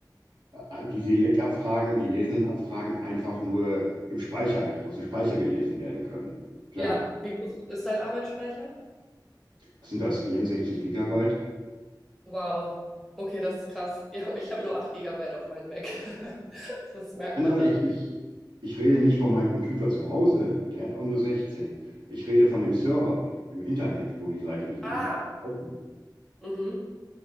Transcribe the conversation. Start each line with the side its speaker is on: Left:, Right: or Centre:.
Right: äh, äh, die Select-Abfragen, die lesenden Abfragen einfach nur im Speicher, aus dem Speicher gelesen werden können. Klar,
Centre: Ja, wie groß ist dein Arbeitsspeicher?
Right: sind das 64 Gigabyte?
Centre: Wow. Okay, das ist krass. Ja, ich habe nur 8 Gigabyte auf meinem Mac. <laughs> Das merkt
Right: Ah, nein,
Centre: man dann.
Right: ich, ich, ich rede nicht von meinem Computer zu Hause, der hat auch nur 16. Ich rede von dem Server im Internet, wo die Seiten, wo
Centre: Ah.
Right: die laufen.
Centre: Mhm.